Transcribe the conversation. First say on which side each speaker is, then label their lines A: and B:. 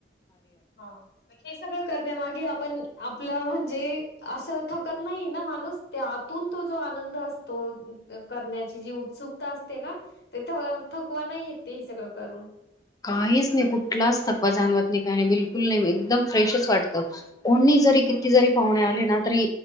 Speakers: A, on the left; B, on the left.
A: हा हे सगळं करण्यामागे आपण आपलं म्हणजे. असं थकत नाही ना, माणूस त्या आतून तो जो आनंद असतो करण्याची जी उत्सुकता असते ना, ते थकवा नाही येते हे सगळं करून.
B: काहीच नाही, कुठलाच थकवा जाणवत नाही, काही नाही, बिलकुल नाही, एकदम फ्रेशच वाटतं, कोणी जरी किती जरी पाहुणे आले ना तरी